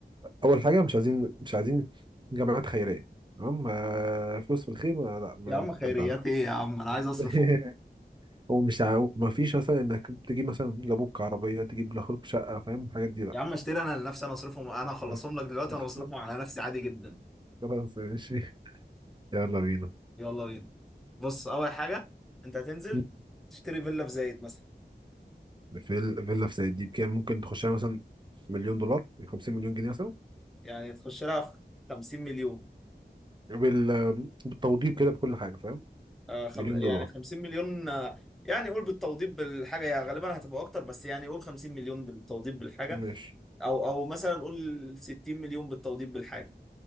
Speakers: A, on the right (about 25°); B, in the centre.
A: اول حاجه مش عايزين مش عايزين جمعيات خيريه تمام آه، فلوس في الخير ما- لا
B: يا عم خيريات
A: ما
B: ايه يا عم انا عايز اصرفهم
A: <laughs> هو مش عاو... ما فيش مثلا انك تجيب مثلا لابوك عربيه تجيب لاخوك شقه فاهم الحاجات دي لا
B: يا عم اشتري انا لنفسي انا اصرفهم انا هخلصهم
A: بس
B: لك دلوقتي
A: <laughs>
B: وانا بصرفهم على نفسي عادي جدا
A: خلاص ماشي يلا بينا
B: يلا بينا بص اول حاجة انت هتنزل
A: <laughs>
B: تشتري فيلا في زايد مثلا
A: فيل فيلا في سيد دي بكام ممكن تخشها مثلا مليون دولار 50 مليون جنيه مثلا
B: يعني تخش لها في 50 مليون
A: بال... بالتوضيب كده بكل حاجه فاهم
B: آه، خم...
A: مليون
B: يعني
A: دولار
B: 50 مليون آه، يعني قول بالتوضيب بالحاجه يعني غالبا هتبقى اكتر بس يعني قول 50 مليون بالتوضيب بالحاجه
A: ماشي
B: او او مثلا قول 60 مليون بالتوضيب بالحاجه